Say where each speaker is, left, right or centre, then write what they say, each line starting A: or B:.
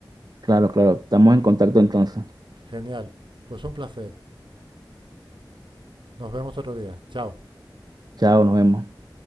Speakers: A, on the right; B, on the right.
A: Claro, claro. Estamos en contacto entonces.
B: Genial. Pues un placer. Nos vemos otro día. Chao.
A: Chao, nos vemos.